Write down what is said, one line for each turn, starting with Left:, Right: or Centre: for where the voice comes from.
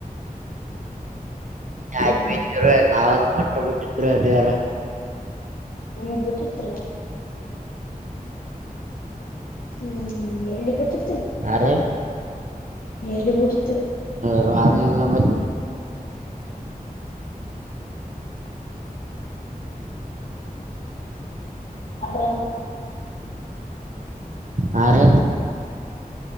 Right: ಆವ್ರ ನಾವಂದ ಮಾಡಟ್ರ ಬಿಟ್ಟತ್ ಅದಾರ
Left: ನಿಮ ಬಿಟ್ಟಿತ್ರಿ ಹ್ಮ್ ಎಲ್ಲಿ ಬಿಟ್ಟು
Right: ಯಾರ್ರೀ
Left: ಎಲ್ಲಿ ಊಡುತ್ತ
Right: ಆ ಮ
Left: ಹಡ್ರ
Right: ಹಾ ರ